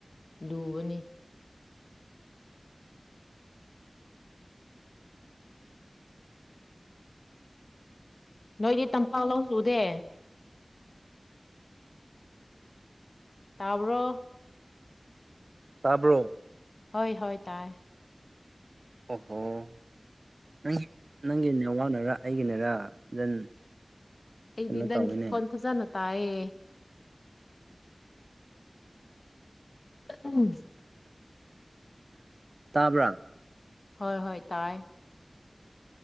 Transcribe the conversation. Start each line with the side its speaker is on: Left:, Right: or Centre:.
Left: ꯂꯨꯒꯅꯤ ꯅꯣꯏꯗꯤ ꯇꯝꯄꯥꯛ ꯅ‌ꯣꯡ ꯆꯨꯗꯦ ꯇꯥꯕ꯭ꯔ‌ꯣ
Right: ꯇꯥꯕ꯭ꯔꯣ
Left: ꯍꯣꯏ ꯍꯣꯏ ꯇꯥꯏ
Right: ꯑ‌ꯣ ꯍ‌ꯣ ꯅꯪꯒꯤ ꯅꯪꯒꯤ ꯅꯦꯋꯥꯥꯛꯅꯔꯥ ꯑꯩꯒꯤꯅꯔ ꯐꯖꯟ
Left: ꯑꯩꯗꯤ
Right: ꯀꯩꯅꯣ
Left: ꯅꯪꯒꯤ
Right: ꯇꯧꯋꯤꯅꯦ
Left: ꯈꯣꯟ ꯐꯖꯅ ꯇꯥꯑꯦ <inaudible>
Right: ꯇꯥꯕ꯭ꯔꯥ
Left: ꯍꯣꯏ ꯍꯣꯏ ꯇꯥꯏ